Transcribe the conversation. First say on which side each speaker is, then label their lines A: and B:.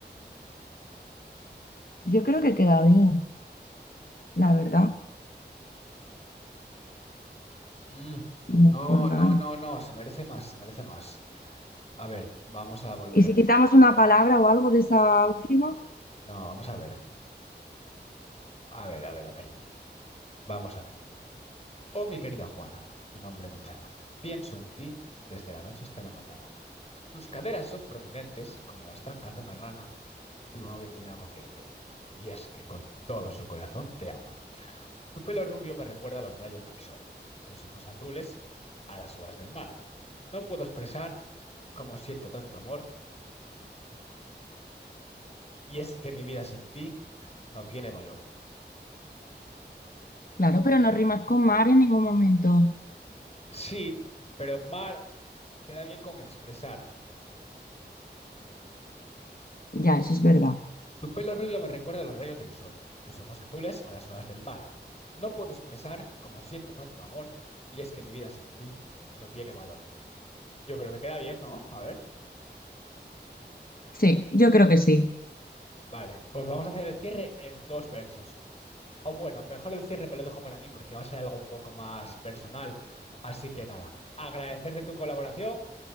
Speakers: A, on the left; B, on the left.
A: Yo creo que queda bien, la verdad,
B: Mm,
A: no
B: no,
A: es por nada.
B: no, no, no, se merece más, se merece más. A ver, vamos a volver
A: ¿Y si
B: a pensar.
A: quitamos una palabra o algo de esa última?
B: No, vamos a ver. A ver, a ver, a ver. Vamos a ver. Oh, mi querida Juana, tu nombre me chana. Pienso en ti desde la noche hasta la mañana. Tus caderas son prominentes como las zancas de una rana. Tu novio tiene algo que decirte. Y es que con todo su corazón te ama. Tu pelo rubio me recuerda a los rayos del sol, tus ojos azules a las olas del mar. No puedo expresar cómo siento tanto amor, y es que mi vida sin ti no tiene valor.
A: Claro, pero no rimas con mar en ningún momento.
B: Sí, pero mar queda bien con expresar.
A: Ya, eso es verdad.
B: Tu pelo rubio me recuerda a los rayos del sol, tus ojos azules a las olas del mar. No puedo expresar cómo siento tanto amor, y es que mi vida sin ti no tiene valor. Yo creo que queda bien, ¿no? A ver.
A: Sí, yo creo que sí.
B: Vale, pues vamos a hacer el cierre en dos versos. O bueno, mejor el cierre me lo dejo para mí porque va a ser algo un poco más personal. Así que nada, agradecerte tu colaboración